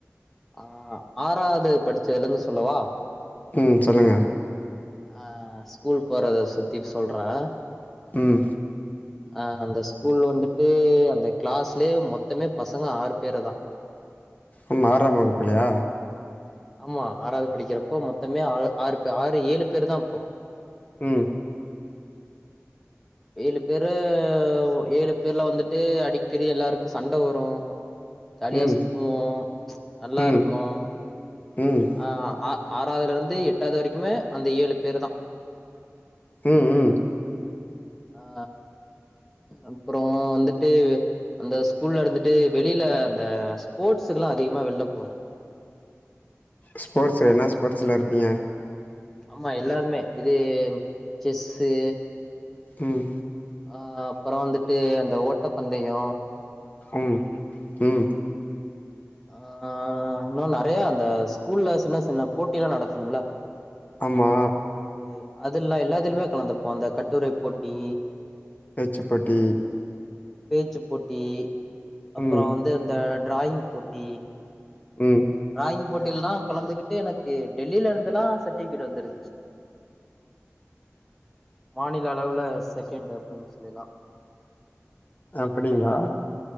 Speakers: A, in the centre; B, on the left.
A: ஆ ஆறாவது படிச்சதுலருந்து சொல்லவா
B: ம் சொல்லுங்க
A: ஆ ஸ்கூல் போறத சுத்தி சொல்றேன்
B: ம்
A: அ அந்த ஸ்கூல் வந்துட்டு அந்த கிளாஸ்லே மொத்தமே பசங்க ஆறு பேரு தான்
B: உன் ஆறாம் வகுப்புலையா
A: ஆமா ஆறாவது படிக்கிறப்போ மொத்தமே ஆ ஆறு பேர் ஆறு ஏழு பேரு தான் அப்போ
B: ம்
A: ஏழு பேரு ஏழு பேர்ல வந்துட்டு அடிக்கடி எல்லாருக்கும் சண்ட வரும் ஜாலியா
B: ம்
A: சுத்துவோம் நல்லா
B: ம்
A: இருக்கும்
B: ம்
A: ஆ ஆ ஆறாவதுல இருந்து எட்டாவது வரைக்குமே அந்த ஏழு பேரு தா
B: ம் ம்
A: ஆ அப்பறோ வந்துட்டு அந்த ஸ்கூல்ல இருந்துட்டு வெளியில அந்த ஸ்போர்ட்ஸுக்குல்லா அதிகமா வெள்ல போ
B: ஸ்போர்ட்ஸ்ஸு என்னா ஸ்போர்ட்ஸ்ல இருப்பீங்க
A: ஆமா எல்லாருமே இது செஸ்ஸு
B: ம்
A: ஆ அப்றோ வந்துட்டு அந்த ஓட்ட பந்தயு
B: ம் ம்
A: ஆ இன்னோ நறையா அந்த ஸ்கூல்ல சின்ன சின்ன போட்டி எல்லா நடக்கும் இல்ல
B: ஆமா
A: அது அதுல்லா எல்லாத்துலயுமே கலந்துப்போ அந்த கட்டுரை போட்டி
B: பேச்சி போட்டி
A: பேச்சிப் போட்டி அப்புற
B: ம்
A: வந்து இந்த டிராயிங் போட் டி
B: ம்
A: டிராயிங் போட்டி எல்லா கலந்துகிட்டு எனக்கு டெல்லில இருந்துல்லா சட்டிபிகேட் வந்துருந்துச்சி மாநில அளவுல செகன்ட் அப்டின்னு சொல்லிலா
B: அப்டிங்ளா